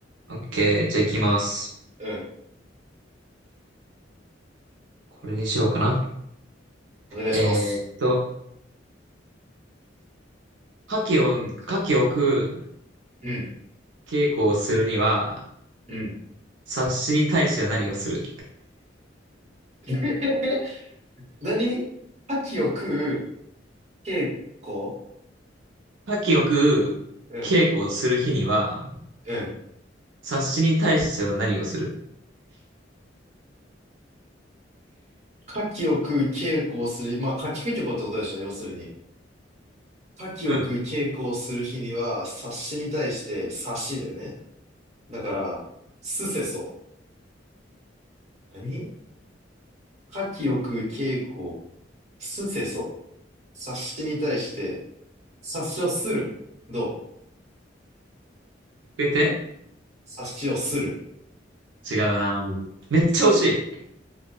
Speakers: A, on the right (about 85°); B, on the right (about 40°).
A: オッケー、じゃあ行きます。
B: うん、
A: これにしようかな。
B: お願いします。
A: えーっと、牡蠣を、
B: うん、
A: 牡蠣を食う
B: うん、
A: 稽古をするには、
B: うん。
A: 察しに対しては何をする
B: <laughs> 何牡蠣を食う稽古
A: 牡蠣を食う稽古をする日には、
B: うん、うん。
A: 察しに対しては何をする
B: 牡蠣を食う稽古をする。まあ、牡蠣食いってことでしょ、要するに。牡蠣を食う稽古をする日には、
A: うん。
B: 察しに対して察しだよね。だから、すせそ。何牡蠣を食う稽古、すせそ。察しに対して、察しをする。どう
A: えて
B: 察しをする。
A: 違うな。めっちゃ惜しい。